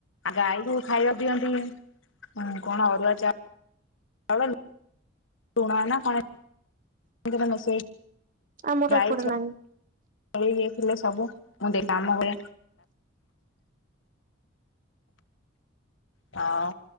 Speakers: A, on the left; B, on the right.
A: ଗାଈକୁ ଖାଇବାକୁ ଦିଅନ୍ତି କଣ ଅରୁଆ ଚା ଚାଉଳ ଲ ଲୁଣ ନା କଣ ମେସେଜ
B: ଆମର
A: ଯାଇଛ।
B: ଏପଟେ ନାହିଁ
A: ଇଏଥିଲେ ସବୁ ମୁଁ କାମ ହୁଏ। ହଁ।